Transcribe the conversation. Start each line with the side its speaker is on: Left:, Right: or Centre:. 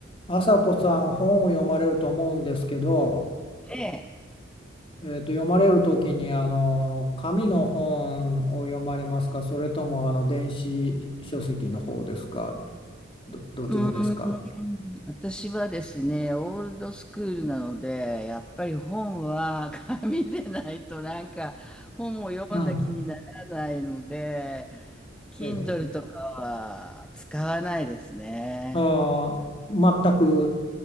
Left: 朝子さん本を読まれると思うんですけど、
Centre: ええ、
Left: えーと、読まれる時にあの紙の本を読まれますかそれともあの電子書籍の方ですかど、どちらですか
Centre: うーん、私はですね、オールドスクールなので、やっぱり本は <laughs> 紙でないとなんか本を読んだ気にならないので、
Left: うん。
Centre: Kindle
Left: ええ。
Centre: とかは使わないですね。
Left: ええあー全く、